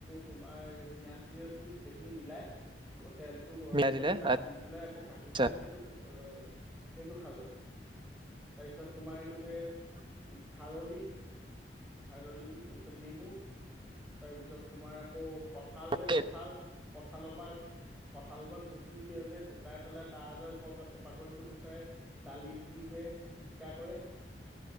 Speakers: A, in the centre; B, on the right.
A: তোমাৰ পিয়াজ চিয়াজ দি গোটেইখিনি মিলাই গ তেলটো গৰম
B: মিলাই দিলে
A: কৰি তাত দি পেলাই আকৌ কাঢ়ি
B: আচ্ছা
A: পেলাই সেইটো খা সেইটো খালোঁ, তাৰপিছত তোমাৰ এইটো যে উ, খাৰলি খাৰলি তাৰপিছত নেমু। তাৰপিছত তোমাৰ আকৌ কঠাল যে
B: য়েছ
A: কঠাল কঠালৰপা কঁঠালপা গুটি উলিয়াই যে শুকাই পেলাই তাৰ যে উপ বাকলিটো গুচাই দালিত দিযে পিটিকা কৰে